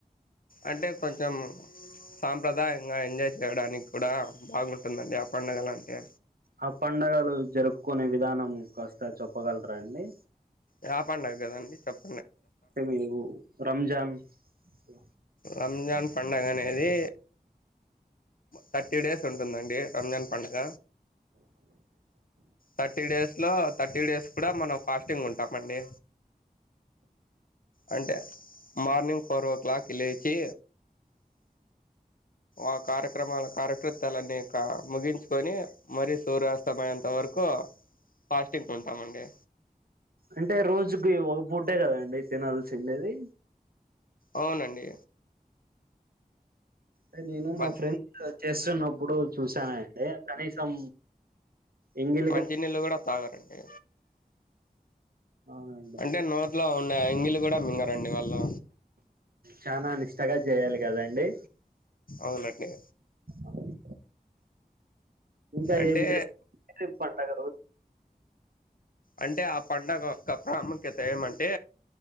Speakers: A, on the left; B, on the right.
A: అంటే కొంచెం సాంప్రదాయంగా ఎంజాయ్ చేయడానికి కూడా బాగుంటుందండి ఆ పండుగలు అంటే
B: ఆ పండగలు జరుపుకునే విధానం కాస్ స్త చెప్పగలరా అండి
A: యా పండగ కదండి చప్
B: అంటే మీవు రంజాన్ స్ల
A: రంజాన్ పండగనేది థర్టీ డేస్ ఉం దండి రంజాన్ పండుగ థర్టీ డేస్ లో థర్టీ డేస్ కూడా మనం ఫాస్ట్ స్టింగ్ వుంటామండి అంటే మార్నింగ్ ఫోర్వో క్లాక్కి లేచి ఆ కార్యక్రమాల కార్యకృత్యాలన్నీ ఇంక ముగించుకొని మరి సూర్యాస్తమఎంత వర్ క్కు ఫాస్టింగ్ ఉంటామండి
B: అంటే రోజుకి ఒక పుటే కదండి తనాల్ సీన్డేది
A: అవునండి
B: అంటే నేను మా
A: మద్
B: ఫ్రెండ్ చేస్తున్నాప్ ప్పుడు చూసానండి కనీసం ఎంగిలిగా
A: మంచి నీళ్ళు కూడా తాగరండి
B: అవునండి
A: అంటే నో ట్లో ఉన్న ఎంగిలి గుడా మింగరండి వాళ్ళు
B: చాలా నిష్టగా చేయాలి కదండి
A: అవునండి
B: అవును ఇంకా
A: అంటే
B: ఏం చేస్త పండగ రోజు
A: అంటే ఆ పండగ యొక్క ప్రాముఖ్యత ఏమంటే